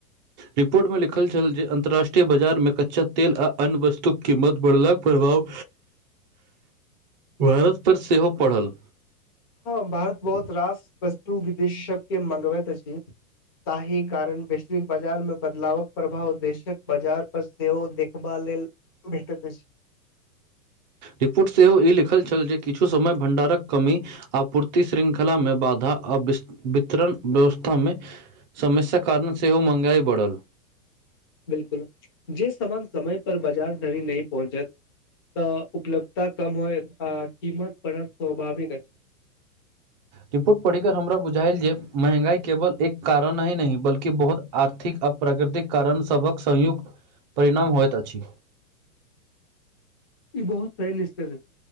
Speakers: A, on the right (about 30°); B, on the left (about 15°).
A: रिपोर्ट मे लिखल छल जे अन्तर्राष्ट्रीय बाजार मे कच्चा तेल आ अन्य वस्तुक कीमत बढ़लक प्रभाव भारत पर सेहो पड़ल।
B: हँ भारत बहुत रास वस्तु विदेश सब के मंगबैत अछि। ताहि कारण वैश्विक बाजार में बदलावक प्रभाव देशक बाजार पर सेहो देखभाल लेल भेटैत अछि।
A: रिपोर्ट सेहो ई लिखल छल जे किछु समय भण्डारक कमी आपूर्ति श्रृंखलामे बाधा अबिस्त वितरण व्यवस्थामे समस्याक कारण सेहो महंगाई बढ़ल
B: बिल्कुल जे सामान समय पर बाजार धरि नहि पहुँचत तऽ उपलब्धता कम होएत आ किमत बड़ा स्वभाविक अछि।
A: रिपोर्ट पढ़ के हमरा बुझायल जे महंगाई केवल एक कारणही नहि बल्कि बहुत आर्थिक आ प्राकृतिक कारण सबक संयुक्त परिणाम होइत अछि।
B: ई बहुत फैल <unintelligible>